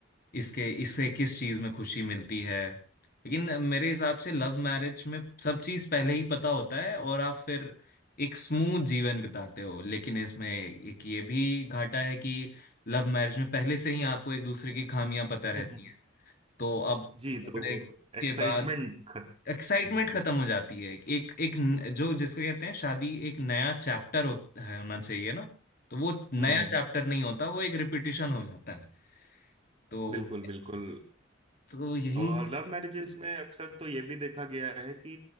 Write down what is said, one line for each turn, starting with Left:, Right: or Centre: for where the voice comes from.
Left: इसके इससे किस चीज में खुशी मिलती है लेकिन मेरे हिसाब से लव मैरिज में सब चीज पहले ही पता होता है और आप फिर एक स्मूथ जीवन बिताते हो लेकिन इसमें एक ये भी घाटा है कि लव मैरिज में पहले से ही आपको एक दूसरे की खामियां पता रहती
Right: हम्म, हम्म,
Left: हैं तो अब
Right: जी
Left: झगड़े
Right: तो एक्साइटमेंट
Left: के बाद
Right: खत
Left: एक्साइटमेंट
Right: हम्म
Left: खत्म हो जाती है एक एक न- जो जिसको कहते हैं शादी एक नया चैप्टर हो, है- होना चाहिए ना तो वो नया
Right: हम्म
Left: चैप्टर नहीं होता वो एक रिपीटिशन हो जाता है तो
Right: बिल्कुल बिल्कुल
Left: तो यही
Right: और लव मैरिजेज में अक्सर तो ये भी देखा गया है कि